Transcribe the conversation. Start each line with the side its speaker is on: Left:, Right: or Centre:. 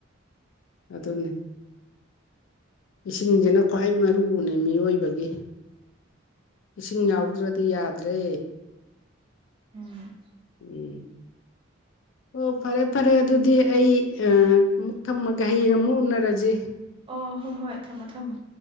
Left: ꯑꯗꯨꯅꯦ ꯏꯁꯤꯡꯁꯤꯅ ꯈ꯭ꯋꯥꯏ ꯃꯥꯔꯨꯅꯦ ꯃꯤꯑꯣꯏꯕꯒꯤ ꯏꯁꯤꯡ ꯌꯥꯎꯗ꯭ꯔꯗꯤ ꯌꯥꯗ꯭ꯔꯦ
Right: ꯎꯝ
Left: ꯎꯝ ꯑꯣ ꯐꯔꯦ ꯐꯔꯦ ꯑꯗꯨꯗꯤ ꯑꯩ ꯑꯃꯨꯛ ꯊꯝꯃꯒ ꯍꯌꯦꯡ ꯑꯃꯨꯛ ꯎꯅꯔꯁꯤ
Right: ꯑꯣ ꯍꯣ ꯍꯣꯏ ꯊꯝꯃꯣ ꯊꯝꯃꯣ